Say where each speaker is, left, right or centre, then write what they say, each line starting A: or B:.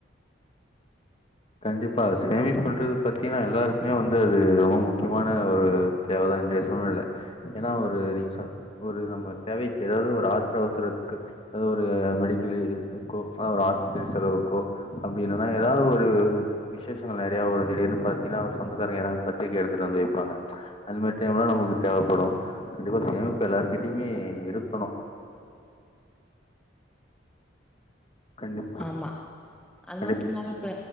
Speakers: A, on the left (about 30°); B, in the centre.
A: கண்டிப்பா சேமிப் பண்றது பாத்தீங்கன்னா எல்லாருக்குமே வந்து அது ரொம்ப முக்கியமான ஒரு தேவதா இன்றைய சூழ்நெலல ஏன்னா ஒரு நீங்க சொல் ஒரு நம்ம தேவைக்கு ஏதாவது ஒரு ஆத்திர அவசரத்துக்கு எதோ ஒரு மெடிக்கல் எமர்ஜென்சிக்கோ அதா ஒரு ஹாஸ்பத்திரி செலவுக்கோ அப்டி இல்லன்னா ஏதாது ஒரு ஆ விசேஷங்கள் நெறையா வரு திடீர்ன்னு பாத்தீங்கன்னா ஒரு சொந்தக்காரங்க யாராவது பத்திரிக்க எடுத்துட்டு வந்து வப்பாங்க அந்த மாரி டைம்லா நமக்கு தேவப்படு கண்டிப்பா சேமிப்பு எல்லாருக்கிட்டயுமே இருக்கணு கண்டிப்பா,
B: ஆமா அது
A: கண்டிப்
B: மட்டுமில்லாம இப்ப